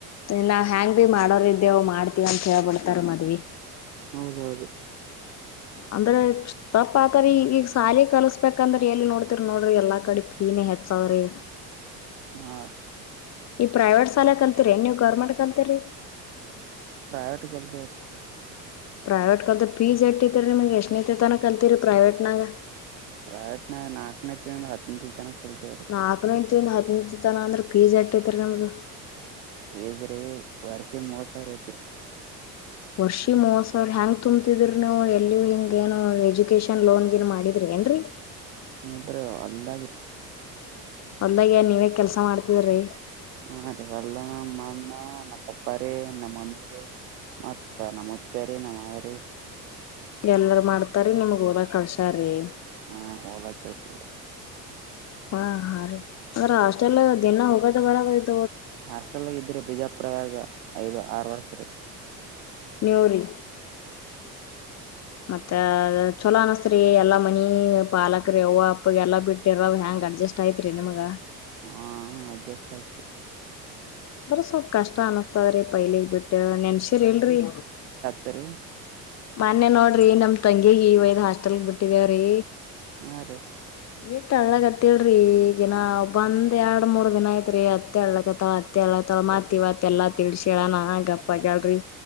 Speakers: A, on the left (about 35°); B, on the right (about 75°).
A: ಇನ್ನ ಹೆಂಗ್ ಬಿ ಮಾಡೋರ್ ಇದೇವ್ ಮಾಡ್ತೀವ್ ಅಂತ ಹೇಳ್ಬಿಡ್ತರ್ ಮದ್ವಿ.
B: ಹೌದೌದು.
A: ಅಂದ್ರೆ ಚ್ ತಪ್ಪಾತರಿ ಈಗ್ ಈಗ್ ಸಾಲಿ ಕಲ್ಸ್ಬೇಕಂದ್ರ ಎಲ್ಲಿ ನೋಡ್ತಿರಿ ನೋಡ್ರಿ ಎಲ್ಲಾ ಕಡೆ ಫೀನೆ ಹೆಚ್ಚಗ್ತದ್ರಿ.
B: ಹಾ
A: ಈ ಪ್ರೈವೇಟ್ ಶಾಲೆ ಕಲ್ತೀರಿ ನೀವ್ ಗೌರ್ಮೆಂಟ್ ಕಲ್ತಿರಿ.
B: ಪ್ರೈವೇಟ್ಗೆಲ್ತವ್ರಿ.
A: ಪ್ರೈವೇಟ್ ಕಲ್ತ ಫೀಸ್ ಯೆಟ್ತಿರ್ರಿ ನಿಮ್ಗೆ ಎಷ್ಟನ ತನ ಕಲ್ತೀರಿ ಪ್ರೈವೇಟ್ನಾಗ.
B: ಪ್ರೈವೆಟ್ನಾಗ್ ನಾಕ್ ತಿಂಗ್ಳ್ ಹತ್ತನೆ ತಿಂತಿವ್ರಿ.
A: <unintelligible> ಅಂದ್ರೆ ಪೀಜ ಅಟ್ಟತ್ರಿ ನಿಮ್ದು.
B: ಪಿಜ್ರಿ ವರ್ಷ ಮೂವತ್ ಸಾವ್ರ ಐತ್ರಿ.
A: ವರ್ಷಿ ಮೂವತ್ ಸಾವಿರ ಹೆಂಗ್ ತುಂಬ್ತಿದ್ರ ನಾವು ಎಲ್ಲಿಯೂ ಹಿಂಗ ಏನು ಎಜುಕೇಶನ್ ಲೋನ್ ಗಿನ್ ಮಾಡಿದ್ರೆ ಏನ್ರೀ.
B: ಹುಂ ತಿವ್ರ್ ಅಲ್ದಾಗ್ರಿ.
A: ಹೊಲ್ದಾಗ್ ಏನ್ ನೀವೇ ಕೆಲ್ಸಾ ಮಾಡ್ತಿದ್ರೀ.
B: ಹ ಎಲ್ಲ ನಮ್ ಅಣ್ಣ ನಮ್ ಪಪ್ಪಾರೀ ನಮ್ ಮಮ್ಮಿರಿ. ಮತ್ ನಮ್ಮ ಮುುತ್ತರಿ ನಮ್ಮ್ಯರಿ.
A: ಎಲ್ಲರ್ ಮಾಡ್ತಾರಿ ನಿಮಿಗ್ ಓದಕ್ ಕಳ್ಸ್ಯಾರಿ.
B: ಹಾ ಹೋದಾಗ ಕಳ್ತೀರಿ.
A: ಹಾ ಹಾ ರೀ ಅಂದ್ರ ಹಾಸ್ಟೆಲ್ ದಿನ ಹೋಗೋದ ಬರದು.
B: ಹಾಸ್ಟೆಲ್ನಾಗ್ ಇದ್ರೆ ಬಿಜಪುರ್ದಾಗ ಐದು ಆರ್ ವರ್ಸರಿ.
A: ನಿವರೀ ಮತ್ತ ಚಲೋ ಅನಸ್ತ್ ಎಲ್ಲಾ ಮನಿ ಪಾಲಕರಿ ಯ್ ಅಪ್ಪ ಎಲ್ಲಾ ಬಿಟ್ಟಿರ ಹೆಯಾಂಗ್ ಅಡ್ಜಸ್ಟ್ ಅಷ್ಟ ಆಐತ್ರಿ ನಿಮ್ಗ
B: ಹ ಅಡ್ಜಸ್ಟ್ ಆಯತರಿ
A: ಅ್ರ ಸ್ವಲ್ಪ್ ಕಷ್ಟ ಅನಸ್ತದ್ರಿ ಪೈಲಗ್ ಬಿಟ್ಟ ನೆನ್ಸಿರ್ ಇಲ್ರಿ
B: ಸರಿ
A: ಮೊನ್ನೆ ನೋಡ್ರಿ ನಮ್ ತಂಗಿಗ್ ಈ ವಯದ್ ಹಾಸ್ಟೆಲ್ ಬಿಟ್ಟಿದೇವ್ರಿ
B: ಹಾ ರೀ
A: ಹ್ಮ ಇಟ್ ಅಳ್ಳಗತ್ತಳರಿ ಈಗಿನ ಬಂದ್ ಎರಡು ಮೂರು ದಿನ ಐತ್ರಿ ಅತ್ತೆ ಅಳ್ಳಕತ್ತಳ ತಳ ಮತ್ತ ಎಲ್ಲಾ ತಿಳಿಸೀಹೇಳ ನ ಗಪ್ಪ ಆಗ್ಯಾಳರಿ